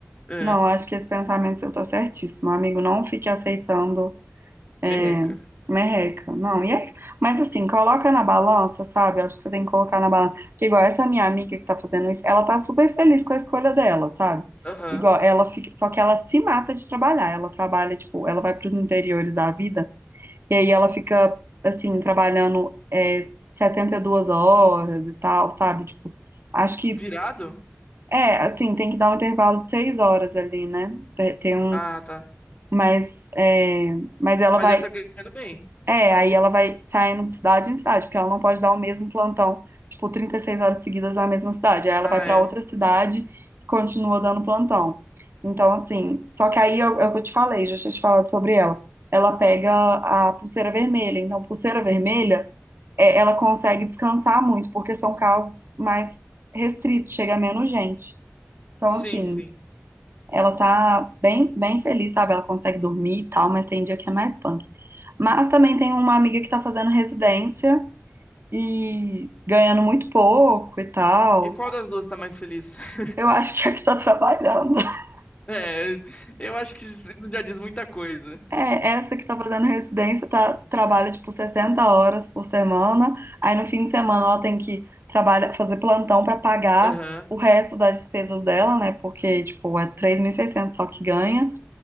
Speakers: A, on the left; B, on the right.
A: É,
B: Não, acho que esse pensamento seu tá certíssimo, amigo. Não fique aceitando. É,
A: merreca.
B: merreca. Não, e é isso. Mas assim, coloca na balança, sabe? Acho que você tem que colocar na balança. Porque igual essa minha amiga que tá fazendo isso, ela tá super feliz com a escolha dela, sabe?
A: Aham.
B: Igual ela fica, só que ela se mata de trabalhar. Ela trabalha, tipo, ela vai pros interiores da vida e aí ela fica assim trabalhando é, 72 horas e tal, sabe? Tipo, acho que
A: Virado?
B: é, assim, tem que dar um intervalo de seis horas ali, né? Tem tem um,
A: Ah, tá.
B: mas é, mas ela
A: Mas
B: vai
A: ele tá ganhando bem.
B: é, aí ela vai saindo de cidade em cidade, porque ela não pode dar o mesmo plantão, tipo, 36 horas seguidas na mesma cidade. Aí ela
A: Ah,
B: vai pra
A: é.
B: outra cidade e continua dando plantão. Então, assim, só que aí é o é o que eu te falei, já tinha te falado sobre ela. Ela pega a pulseira vermelha. Então, pulseira vermelha, é, ela consegue descansar muito, porque são casos mais restritos, chega menos gente. Então,
A: Sim,
B: assim,
A: sim.
B: ela tá bem, bem feliz, sabe? Ela consegue dormir e tal, mas tem dia que é mais punk. Mas também tem uma amiga que tá fazendo residência e ganhando muito pouco e tal.
A: E qual das duas tá mais feliz? <laughs>
B: Eu acho que é a que tá trabalhando. <laughs>
A: É, eu acho que isso já diz muita coisa.
B: É, essa que tá fazendo residência tá, trabalha, tipo, 60 horas por semana. Aí no fim de semana ela tem que trabalhar, fazer plantão pra pagar
A: Aham,
B: o resto das despesas dela, né? Porque, tipo, é 3.600 só que ganha.